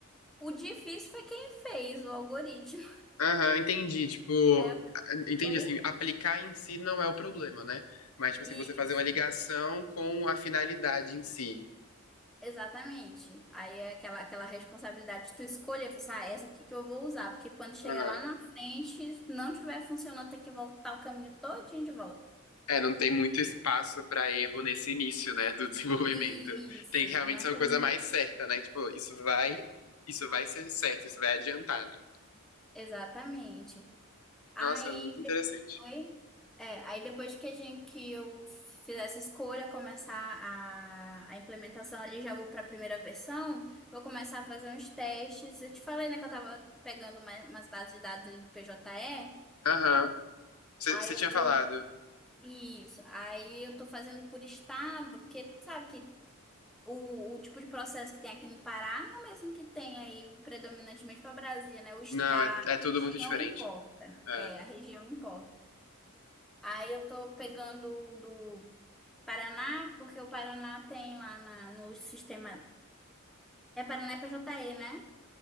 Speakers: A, in the centre; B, on the left (about 85°).
A: O difícil foi quem fez o algoritmo. <laughs>
B: Aham, entendi. Tipo,
A: É,
B: entendi
A: foi
B: assim, aplicar em si não é o problema, né? Mas, tipo assim,
A: isso.
B: você fazer uma ligação com a finalidade em si.
A: Exatamente. Aí é aquela, aquela responsabilidade de tu escolher, pensar, ah, essa aqui que eu vou usar, porque quando chegar
B: Aham.
A: lá na frente, se não tiver funcionando, tem que voltar o caminho todinho de volta.
B: É, não tem muito espaço pra erro nesse início, né, do <laughs> desenvolvimento.
A: Isso,
B: Tem que realmente
A: não
B: ser uma
A: tem
B: coisa
A: muito
B: mais certa, né? Tipo, isso vai, isso vai ser certo, isso vai adiantar, né?
A: Exatamente. Aí
B: Nossa, é muito interessante.
A: depois, é, aí depois que a gente que eu fizesse escolha, começar a, a implementação ali, já vou para a primeira versão, vou começar a fazer uns testes. Eu te falei, né, que eu tava pegando uma- umas bases de dados ali do PJE.
B: Aham. Você
A: Aí eu
B: tinha falado.
A: tô, isso, aí eu tô fazendo por estado, porque sabe que O, o tipo de processo que tem aqui no Pará não é o mesmo que tem aí predominantemente para Brasília, né? O, est-
B: Não,
A: a
B: é, é tudo
A: região
B: muito diferente.
A: importa.
B: É.
A: É, a região importa. Aí eu tô pegando o do Paraná, porque o Paraná tem lá na- no sistema. É Paraná e PJE, né?